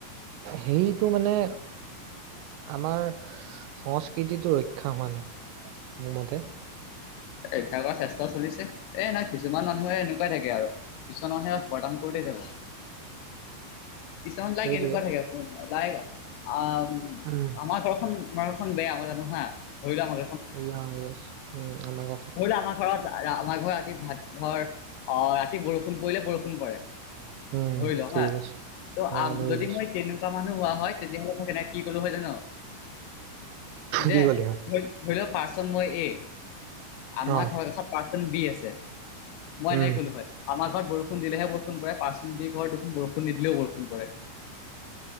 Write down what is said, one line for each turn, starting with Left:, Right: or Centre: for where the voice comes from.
Right: সেইটো মানে। আমাৰ সংস্কৃতিটো ৰক্ষা হোৱা নাই, মোৰ মতে।
Left: পৰীক্ষা কৰাৰ চেষ্টাও চলিছে। এ নাই কিছুমান মানুহে এনেকুৱাই থাকে আৰু, কিছুমান মানুহে বৰ্তমান কৰি যাব।
Right: <inaudible>
Left: কিছুমান লাইক
Right: সেইটোৱে
Left: এনেকুৱা থাকে চোন লাইক আহ
Right: উম
Left: আমাৰ ঘৰখন তোমাৰ এখন বেয়া মই জানো হা। ধৰি লোৱা আমাৰ
Right: য়া ইএছ উম আমাক
Left: ধৰিলেও আমাৰ ঘৰত আমাৰ ঘৰত ৰাতি ভাত ধৰ আহ ৰাতি বৰষুণ পৰিলে বৰষুণ পৰে।
Right: উম
Left: ধৰি লওঁ
Right: ঠিক
Left: হা।
Right: আছে
Left: ত'
Right: আহ ধৰি
Left: যদি
Right: লৈছো
Left: মই তেনেকুৱা মানুহ হোৱা হয় তেতিয়া হ'লে মই কেনেক কি কলো হয় জান', যে
Right: কি কলি হয়
Left: ধৰি লওক পাৰ্চন মই এ আমাৰ
Right: অ
Left: ঘৰৰ চব‌ পাৰ্চন বি আছে, মই
Right: উম
Left: এনেকে কলো হয়। আমাৰ ঘৰত বৰষুণ বৰষণ দিলেহে বৰষুণ পৰে। পাৰ্চন বিৰ ঘৰত দেখোন বৰষুণ নিদিলেও বৰষুণ পৰে।